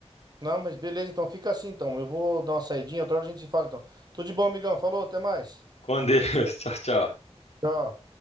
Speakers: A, on the right; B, on the left.
A: Não, mas beleza, então fica assim então. Eu vou dar uma saidinha, outra hora a gente se fala então. Tudo de bom, amigão. Falou, até mais.
B: Com Deus. <laughs> Tchau, tchau.
A: Tchau.